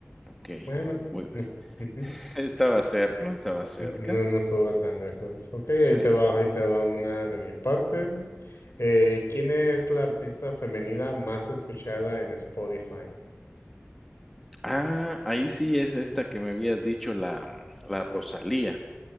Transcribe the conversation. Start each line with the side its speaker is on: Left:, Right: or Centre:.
Centre: Ok.
Left: bueno,
Centre: Muy,
Left: no, es- ujú,
Centre: <laughs> estaba cerca, estaba cerca.
Left: no, no no estuve tan lejos. Ok, ahí
Centre: Sí.
Left: te va, ahí te va una de mi parte. Eh, ¿quién es la artista femenina más escuchada en Spotify?
Centre: Ah, ahí sí es esta que me habías dicho, la, la Rosalía.